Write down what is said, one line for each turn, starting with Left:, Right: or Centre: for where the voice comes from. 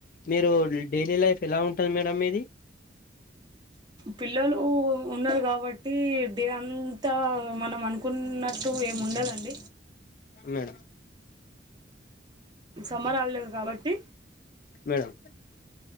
Left: మీరు డైలీ లైఫ్ ఎలా ఉంటది మేడంమ్ మీది
Right: పిల్లలు ఉన్నారు కాబట్టి డే అంతా మనం అను కున్నట్టు ఏం ఉండదండి
Left: మేడం
Right: సమ్మర్ హాలిడేస్ కాబట్టి
Left: మేడం